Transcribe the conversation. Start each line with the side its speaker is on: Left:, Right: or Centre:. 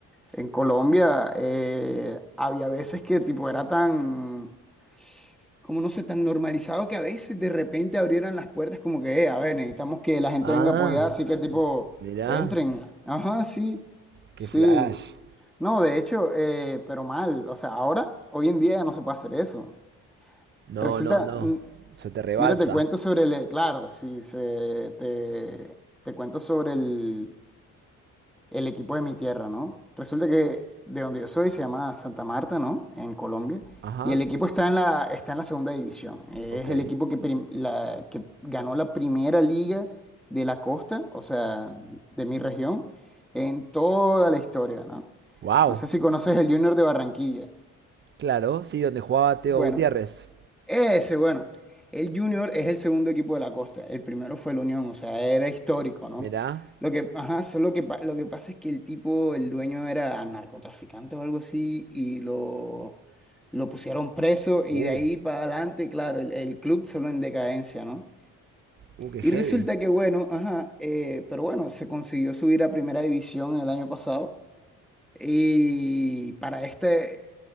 Centre: en Colombia, eh, había veces que tipo era tan, como no sé, tan normalizado que a veces de repente abrieran las puertas como que, eh, a ver, necesitamos que la gente
Right: Ah,
Centre: venga apoyada, así que Ah, tipo,
Right: m- mirá,
Centre: entren. ya. Ajá, sí,
Right: qué
Centre: sí.
Right: flash.
Centre: No, de hecho, eh, pero mal, o sea, ahora, hoy en día ya no se puede hacer eso.
Right: No,
Centre: Resulta,
Right: no, no.
Centre: mm,
Right: Se te rebalsa.
Centre: mira, te cuento sobre el, claro, si se, te, te cuento sobre el el equipo de mi tierra, ¿no? Resulta que de donde yo soy se llama Santa Marta, ¿no? En Colombia.
Right: Ajá,
Centre: Y el equipo está en la, está en la segunda división. Es
Right: ok.
Centre: el equipo que, prim- la, que ganó la primera liga de la costa, o sea, de mi región, en toda la historia, ¿no?
Right: Wow,
Centre: No sé si conoces el Junior de Barranquilla.
Right: claro, sí, donde jugaba Teo
Centre: Bueno,
Right: Gutiérrez.
Centre: ese, bueno, el Junior es el segundo equipo de la costa, el primero fue el Unión, o sea, era histórico, ¿no?
Right: Mirá.
Centre: Lo que, ajá, solo que, pa- lo que pasa es que el tipo, el dueño era narcotraficante o algo así, y lo, lo pusieron preso, y
Right: Uh,
Centre: de ahí para adelante, claro, el, el club solo en decadencia, ¿no?
Right: uh, qué
Centre: Y
Right: heavy.
Centre: resulta que, bueno, ajá, eh, pero bueno, se consiguió subir a primera división el año pasado, y para este,